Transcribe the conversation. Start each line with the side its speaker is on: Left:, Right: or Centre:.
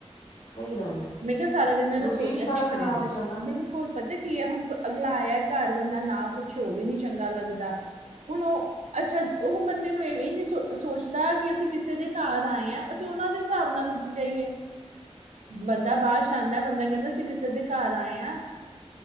Left: ਸਹੀ ਗੱਲ ਹੈ
Right: ਮੈਂ ਕਿਹਾ ਸਾਰਾ ਦਿਨ ਮੈਂ ਰਸੋਈਆਂ
Left: ਰੂਟੀਨ
Right: ਚ
Left: ਸਾਰਾ ਖ਼ਰਾਬ
Right: ਖੜੀ ਰਹਿਨੀ
Left: ਹੋ ਜਾਂਦਾ
Right: ਬਿਲਕੁਲ। ਪਤਾ ਕੀ ਹੈ ਹੁਣ ਅਗਲਾ ਆਇਆ ਘਰ ਬੰਦਾ ਨਾ ਪੁੱਛੇ ਉਹ ਵੀ ਨੀ ਚੰਗਾ ਲੱਗਦਾ। ਹੁਣ ਉਹ ਅੱਛਾ ਉਹ ਬੰਦੇ ਨੂੰ ਇਹ ਵੀ ਨਹੀ ਸ ਸੋਚਦਾ ਕਿ ਅਸੀਂ ਕਿਸੇ ਦੇ ਘਰ ਆਏ ਹਾਂ ਅਸੀਂ ਉਹਨਾਂ ਦੇ ਹਿਸਾਬ ਨਾਲ ਉੱਠ ਜਾਈਏ। ਬੰਦਾ ਬਾਹਰ ਆਂਦਾ ਬੰਦਾ ਕਹਿੰਦਾ। ਸੀਂ ਕਿਸੇ ਦੇ ਘਰ ਆਏ ਹਾਂ